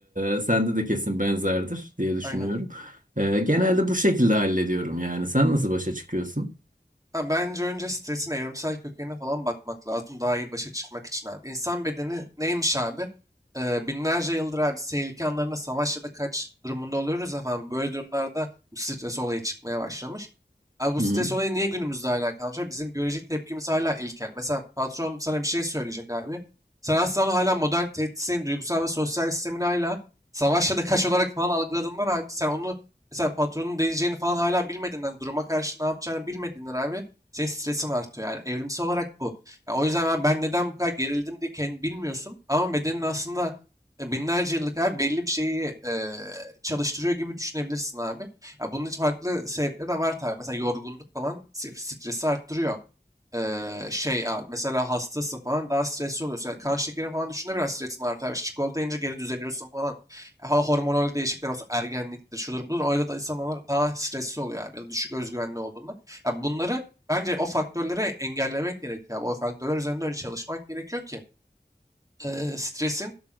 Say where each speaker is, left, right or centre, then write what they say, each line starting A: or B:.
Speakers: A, on the right (about 50°); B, on the right (about 20°).
A: E, sende de kesin benzerdir diye düşünüyorum.
B: Aynen.
A: E, genelde bu şekilde hallediyorum yani. Sen nasıl başa çıkıyorsun?
B: Ha, bence önce stresin evrimsel kökenine falan bakmak lazım daha iyi başa çıkmak için abi. İnsan bedeni neymiş abi? Ee, binlerce yıldır abi tehlike anlarında savaş ya da kaç durumunda oluyoruz efendim. Böyle durumlarda bu stres olayı çıkmaya başlamış. Abi bu
A: Hı
B: stres
A: hı.
B: olayı niye günümüzde hala kalmış? abi? Bizim biyolojik tepkimiz hala ilkel. Mesela patron sana bir şey söyleyecek abi. Sen aslında onu hala modern tehditlerin duygusal ve sosyal sistemini hala savaş ya da kaç olarak falan algıladığından abi sen onu Mesela patronun diyeceğini falan hala bilmediğinden, duruma karşı ne yapacağını bilmediğinden abi senin stresin artıyor. Yani evrimsel olarak bu. Ya o yüzden abi ben neden bu kadar gerildim diye kendi bilmiyorsun. Ama bedenin aslında e, binlerce yıllık abi belli bir şeyi e, çalıştırıyor gibi düşünebilirsin abi. Ya bunun için farklı sebepleri de var tabii. Mesela yorgunluk falan se- stresi arttırıyor. Ee, şey abi mesela hastasın falan daha stresli oluyorsun. Yani kan şekerin falan düşünde biraz stresin artar. Yani Çikolata yiyince geri düzeliyorsun falan. Ha, hormonal değişiklikler olsa ergenliktir, şudur budur. Öyle da insanlar daha stresli oluyor abi. Ya da düşük özgüvenli olduğunda. Ya bunları Bence o faktörleri engellemek gerekiyor abi. O faktörler üzerinde öyle çalışmak gerekiyor ki eee, stresin